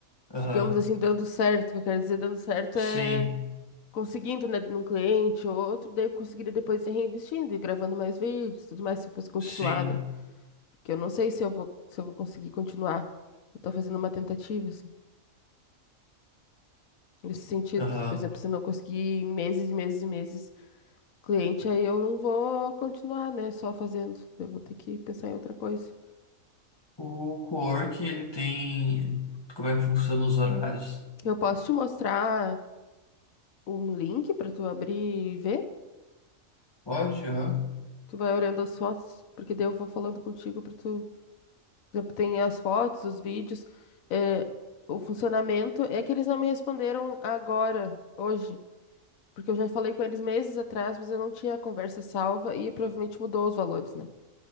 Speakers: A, on the left; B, on the left.
A: Aham.
B: digamos assim, dando certo, o que eu quero dizer dando certo
A: Sim,
B: é conseguindo, né, num cliente ou outro, daí eu conseguiria depois ir reinvestindo e gravando mais vídeos, tudo mais, se eu fosse continuar,
A: sim.
B: né? Porque eu não sei se eu vou, se eu vou conseguir continuar. Eu tô fazendo uma tentativa, assim, nesse sentido.
A: Aham.
B: Se, Por exemplo, se eu não conseguir em meses e meses e meses cliente, aí eu não vou continuar, né? Só fazendo. Eu vou ter que pensar em outra coisa.
A: O coworking, ele tem... Como é que funciona os horários?
B: Eu posso te mostrar um link pra tu abrir e ver?
A: Pode, aham.
B: Tu vai olhando as fotos, porque daí eu vou falando contigo pra tu. Por exemplo, tem as fotos, os vídeos. eh, o funcionamento é que eles não me responderam agora, hoje. Porque eu já falei com eles meses atrás, mas eu não tinha a conversa salva e provavelmente mudou os valores, né?